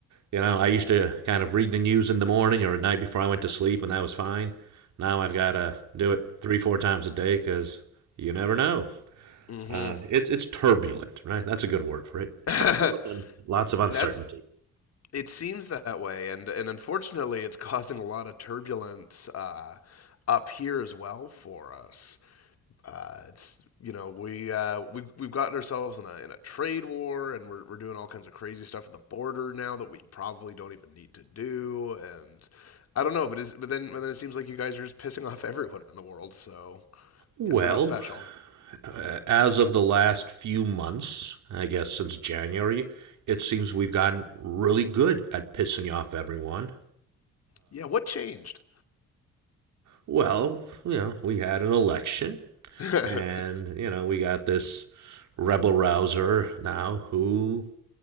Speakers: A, on the right; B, on the left.
A: you know, I used to kind of read the news in the morning or at night before I went to sleep, and that was fine. Now I've got to do it three, four times a day because you never know.
B: hmm
A: Uh, it's it's turbulent, right? That's a good word for it.
B: <laughs>
A: Turbulent and lots of uncertainty.
B: That's it seems that way, and and unfortunately, it's <laughs> causing a lot of turbulence uh, up here as well for us. uh, it's you know we uh, we we've gotten ourselves in a in a trade war, and we're we're doing all kinds of crazy stuff at the border now that we probably don't even need to do. And I don't know, but is but then but then it seems like you guys are just pissing <laughs> off everyone in the world. So
A: Well,
B: guess we're not special.
A: uh, as of the last few months, I guess since January, it seems we've gotten really good at pissing off everyone.
B: Yeah, what changed?
A: Well, you know, we had an election,
B: <laughs>
A: and, you know, we got this rebel rouser now who